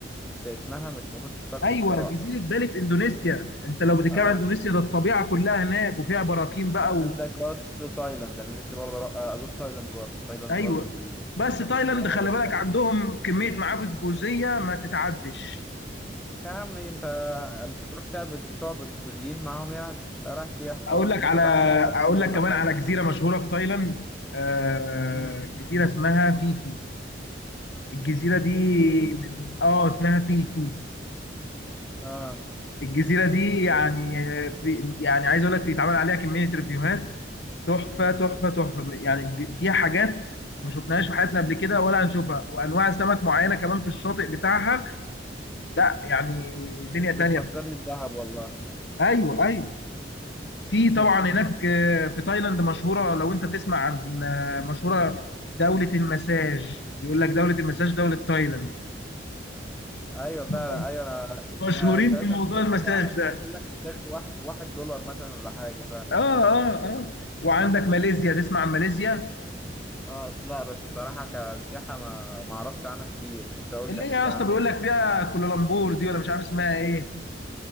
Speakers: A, in the centre; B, on the left.
A: في اسمها مش ما كنتش فاكره
B: أيوة
A: بصراحه
B: جزيرة بالي في إندونيسيا أنت لو بتتكلم
A: اه
B: عن إندونيسيا ده الطبيعة كلها هناك وفيها براكين بقى
A: وعندك
B: و...
A: برضه تايلاند انا نفسي برضه أروح- آه، ازور تايلاند برضه تايلاند
B: أيوة
A: برضه في ال...
B: بس تايلاند
A: كان في السياحه
B: خلي
A: جميله
B: بالك
A: برضه
B: عندهم كمية معابد بوذية ما تتعدش
A: انت يا عم انت مش هتروح تعبد تعبد البوذيين معاهم يعني انت رايح سياحه
B: أقول
A: برضه
B: لك على
A: مثلا راح تركب لك
B: أقول
A: فيل
B: لك
A: ولا
B: كمان
A: حاجه
B: على جزيرة مشهورة في تايلاند آه،
A: امم
B: جزيرة اسمها فيفي الجزيرة دي
A: فيفي
B: من... آه اسمها فيفي
A: اه
B: الجزيرة دي يعني
A: ب...
B: في يعني عايز اقول لك بيتعمل عليها كمية ريفيوهات تحفة تحفة تحفة يعني بي- فيها حاجات ما شفناهاش في حياتنا قبل كده ولا هنشوفها وانواع سمك معينة كمان في الشاطئ بتاعها لا يعني دنيا تانية
A: بتفكرني بدهب والله
B: ايوه ايوه في
A: <laughs>
B: طبعا هناك آه، في تايلاند مشهورة لو انت تسمع عن آه، مشهورة دولة المساج بيقول لك دولة المساج دولة تايلاند
A: ايوه فعلا
B: هم
A: ايوه انا
B: مشهورين
A: ده انت مثلا
B: بموضوع
A: تلاقي
B: المساج
A: مثلا واحده ممكن
B: ده
A: تعمل لك مساج بواحد بواحد دولار مثلا ولا حاجه
B: اه اه اه وعندك ماليزيا تسمع عن ماليزيا
A: اه لا بس بصراحة كسياحة ما ما اعرفش عنها كتير انت قول
B: اللي
A: لي احكي
B: هي يا
A: لي
B: اسطى
A: عنها
B: بيقول لك فيها كوالالمبور دي ولا مش عارف اسمها ايه